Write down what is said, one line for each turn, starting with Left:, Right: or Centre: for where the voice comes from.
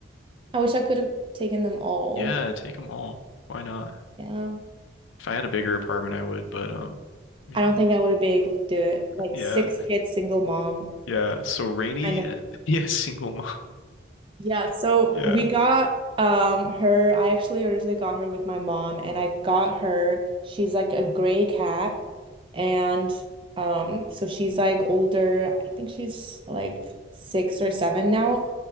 Right: I wish I could have taken them all.
Left: Yeah, take them all. Why not?
Right: Yeah.
Left: If I had a bigger apartment, I would, but um, you
Right: I
Left: know,
Right: don't think I would be able to do it. Like
Left: yeah,
Right: six kids, single mom,
Left: yeah. So Rainy
Right: kind of.
Left: and <laughs> yeah, single mom.
Right: Yeah, so
Left: Yeah.
Right: we got um her. I actually originally got her with my mom, and I got her. She's like a gray cat, and um, so she's like older. I think she's like six or seven now.